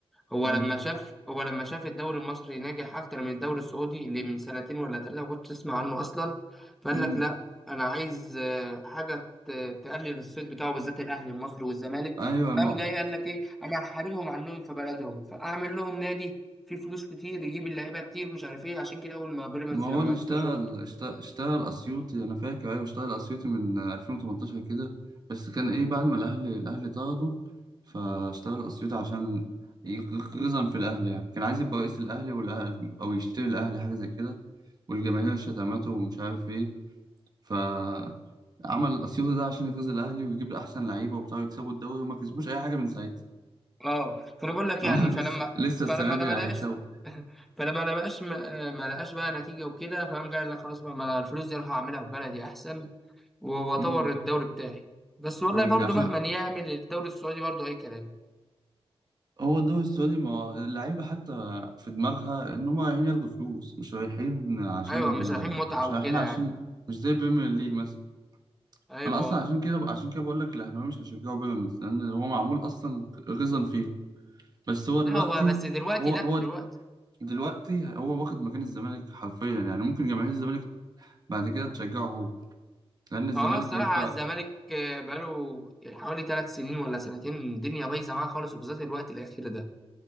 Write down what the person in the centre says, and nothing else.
هو
لما شاف هو لما شاف الدوري المصري ناجح اكتر من الدوري السعودي اللي من سنتين ولا ثلاثه ما كنتش اسمع عنه اصلا فقال
لك لا انا عايز آه، حاجه ت- تقلل الصيت بتاعه بالذات الاهلي المصري والزمالك
فقام جاي قال لك ايه انا هحاربهم عنهم في بلدهم فاعمل لهم نادي فيه فلوس كتير يجيب اللعيبه كتير مش عارف ايه عشان كده اول ما بيراميدز
لما
انت شفت
اه فانا بقول
لك
يعني
فلما
فلما
لما
لقاش <laughs> فلما لقاش ما لقاش آه، ما لقاش بقى نتيجه وكده فقام جاي قال لك خلاص بقى ما أنا الفلوس دي اروح اعملها في بلدي احسن واعتبر
الدوري بتاعي بس والله
برضه
مهما يعمل الدوري السعودي برضه اي كلام
ايوه مش رايحين متعه
وكده
يعني
ايوه
لا هو بس دلوقتي
لا
دلوقتي
هو آه، الصراحه
الزمالك آه، بقاله حوالي ثلاث سنين ولا سنتين الدنيا بايظه معاه خالص وبالذات الوقت الاخير ده